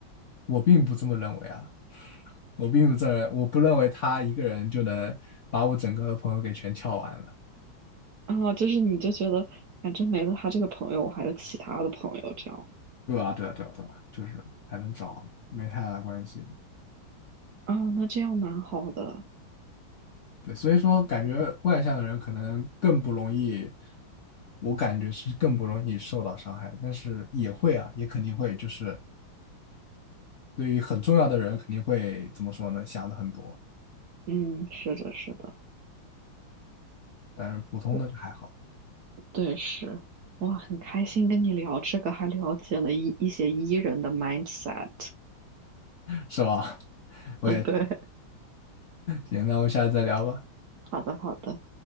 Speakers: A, on the left; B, on the right.
A: 我并不这么认为啊，我并不这么认我不认为他一个人就能把我整个朋友给全撬完了，
B: 啊，就是你就觉得反正没了他这个朋友，我还有其他的朋友，这样
A: 对吧？对啊，对啊，对啊，就是还能找没太大关系的
B: 啊，那这样蛮好的，
A: 对，所以说感觉外向的人可能更不容易，我感觉是更不容易受到伤害，但是也会啊，也肯定会，就是对于很重要的人肯定会怎么说呢，想的很多，
B: 嗯，是的，是的，
A: 但是普通的就还好，
B: 我对是，哇，很开心跟你聊这个，还了解了一一些 E 人的 mindset，
A: 是吧？<laughs> 我也，
B: 嗯，<laughs> 对，
A: 行，那我们下次再聊吧。
B: 好的，好的。